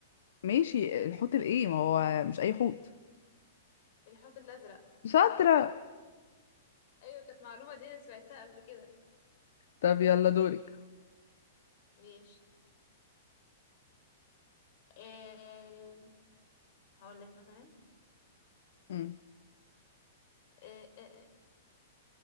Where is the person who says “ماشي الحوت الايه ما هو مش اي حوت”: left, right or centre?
Left